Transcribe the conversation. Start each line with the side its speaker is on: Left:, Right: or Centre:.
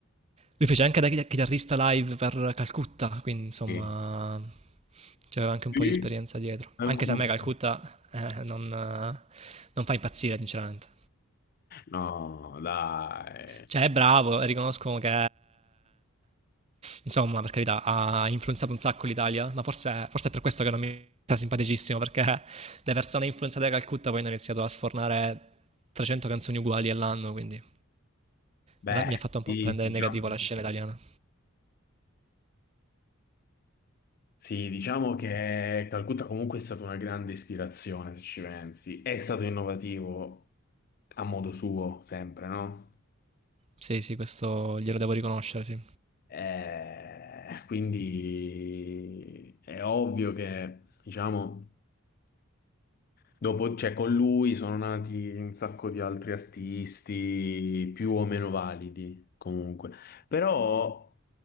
Right: lui fece anche da chita- chitarrista live per Calcutta, quindi insomma,
Left: Sì.
Right: c'aveva anche un
Left: Sì?
Right: po' di esperienza dietro.
Left: Alcuno.
Right: Anche se a me Calcutta eh, non, eh, non fa impazzire, sinceramente.
Left: No, dai.
Right: Cioè, è bravo e riconosco che, insomma, per carità, ha influenzato un sacco l'Italia, ma forse, forse è per questo che non mi sta simpaticissimo, perché le persone influenzate da Calcutta poi hanno iniziato a sfornare 300 canzoni uguali all'anno, quindi...
Left: Beh,
Right: Me la- mi ha fatto un
Left: sì,
Right: po' prendere
Left: diciamo.
Right: negativo la scena italiana.
Left: Sì, diciamo che Calcutta comunque è stata una grande ispirazione, se ci pensi. È stato innovativo a modo suo, sempre, no?
Right: Sì, sì, questo glielo devo riconoscere, sì.
Left: Eh, quindi è ovvio che, diciamo, dopo, cioè, con lui sono nati un sacco di altri artisti più o meno validi, comunque. Però